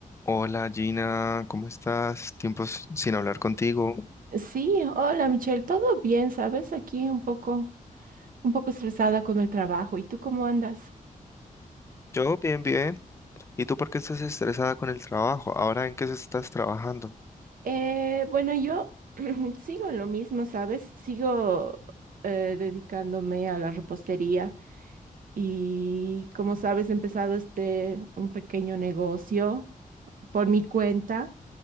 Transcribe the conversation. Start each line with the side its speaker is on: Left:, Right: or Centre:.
Left: Hola Gina, ¿cómo estás? Tiempos sin hablar contigo.
Right: Sí, hola Michelle, todo bien, ¿sabes? Aquí un poco, un poco estresada con el trabajo. ¿Y tú cómo andas?
Left: Yo bien, bien. ¿Y tú por qué estás estresada con el trabajo? ¿Ahora en qué estás trabajando?
Right: Eh, bueno, yo <clears throat> sigo en lo mismo, ¿sabes? Sigo eh, dedicándome a la repostería y, como sabes, he empezado este un pequeño negocio por mi cuenta.